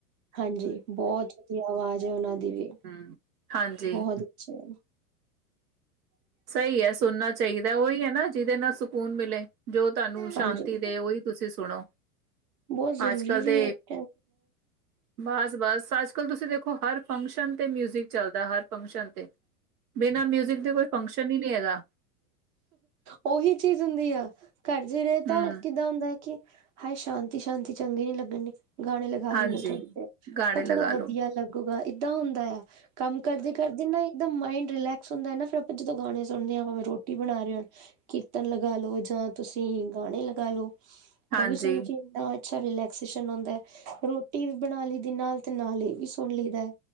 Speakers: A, on the right; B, on the right.
A: ਹਾਂਜੀ ਬਹੁ ਬਹੁਤ ਵਧੀਆ ਅਵਾਜ਼ ਹੈ ਉਹਨਾਂ ਦੀ ਵੀ।
B: ਹੂੰ। ਹਾਂਜੀ,
A: ਬਹੁਤ ਅੱਛਾ।
B: ਸਹੀ ਐ ਸੁਣਨਾ ਚਾਹੀਦਾ ਉਹੀ ਏ ਨਾ ਜਿਹਦੇ ਨਾ ਸਕੂਨ ਮਿਲੇ, ਜੋ ਤੁਹਾਨੂੰ ਸ਼ਾਂਤੀ
A: ਹਾਂਜੀ
B: ਦੇ ਉਹੀ ਤੁਸੀਂ ਸੁਣੋ।
A: ਬਹੁਤ ਜ਼ਰੂਰੀ
B: ਅੱਜ-ਕੱਲ ਦੇ
A: ਵੀ ਹੈ <unintelligible>
B: ਬਸ-ਬਸ ਅੱਜਕਲ ਤੁਸੀਂ ਦੇਖੋ ਹਰ ਫੰਕਸ਼ਨ ਤੇ ਮਿਊਜਿਕ ਚੱਲਦਾ ਹਰ ਫੰਕਸ਼ਨ ਤੇ, ਬਿਨਾਂ ਮਿਊਜਿਕ ਦੇ ਕੋਈ ਫੰਕਸ਼ਨ ਈ ਨੀ ਹੈਗਾ
A: ਉਹੀ ਚੀਜ਼ ਹੁੰਦੀ ਆ। ਘਰ 'ਚ ਰਹੇ
B: ਹੂੰ,
A: ਤਾਂ ਕਿੱਦਾਂ ਹੁੰਦਾ ਹੈ ਕਿ ਹਾਏ ਸ਼ਾਂਤੀ-ਸ਼ਾਂਤੀ ਚੰਗੇ ਨੀ ਲਗਣੀ। ਗਾਣੇ ਲਗਾ ਲੈਣੇ
B: ਹਾਂਜੀ।
A: ਥੋੜੀ ਦੇਰ,
B: ਗਾਣੇ
A: ਉਹ ਥੋੜਾ
B: ਲਗਾ
A: ਵਧੀਆ
B: ਲੋ
A: ਲੱਗੂਗਾ ਏਦਾਂ ਹੁੰਦਾ ਆ ਕੰਮ ਕਰਦੇ-ਕਰਦੇ ਨਾ ਇੱਕਦਮ ਮਾਇੰਡ ਰਿਲੈਕਸ ਹੁੰਦਾ ਨਾ ਫਿਰ ਆਪਾਂ ਜਦੋਂ ਗਾਣੇ ਸੁਣਦੇ ਹਾਂ ਭਾਵੇਂ ਰੋਟੀ ਬਣਾ ਰਹੇ ਓ ਕੀਰਤਨ ਲਗਾ ਲੋ ਜਾਂ ਤੁਸੀਂ ਗਾਣੇ ਲਗਾ ਲੋ।
B: ਹਾਂਜੀ-ਹਾਂਜੀ
A: ਉਹ ਵੀ ਸੁਣਨ 'ਚ ਏਦਾਂ ਅੱਛਾ ਰਿਲੈਕਸੇਸ਼ਨ ਆਉਂਦਾ ਰੋਟੀ ਵੀ ਬਣਾ ਲਈ ਦੀ ਨਾਲ ਤੇ ਨਾਲੇ ਈ ਸੁਣ ਲਈਦਾ।